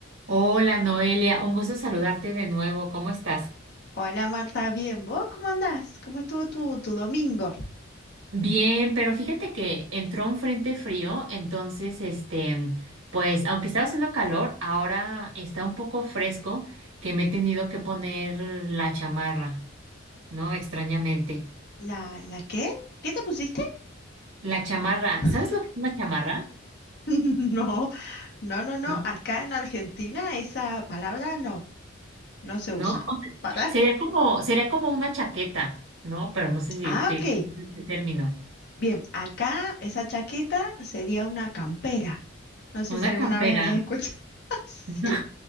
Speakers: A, on the right; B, on the left.
A: Hola Noelia, un gusto saludarte de nuevo. ¿Cómo estás?
B: Hola Marta, bien. ¿Vos cómo andás? ¿Cómo estuvo tu, tu domingo?
A: Bien, pero fíjate que entró un frente frío, entonces, este, pues, aunque estaba haciendo calor, ahora está un poco fresco que me he tenido que poner la chamarra, ¿no? Extrañamente.
B: ¿La, la qué? ¿Qué te pusiste?
A: La chamarra,
B: <laughs>
A: ¿sabes lo que es una chamarra?
B: No, no, no, no.
A: ¿No?
B: Acá en Argentina esa palabra no, no se
A: ¿No?
B: usa. ¿Para?
A: Sería como, sería como una chaqueta, ¿no? Pero no sé si
B: Ah,
A: te,
B: ok.
A: el término.
B: Bien, acá esa chaqueta sería una campera. No sé
A: Una
B: si alguna
A: campera.
B: vez habías escuchado. <laughs> Sí,
A: <laughs> No.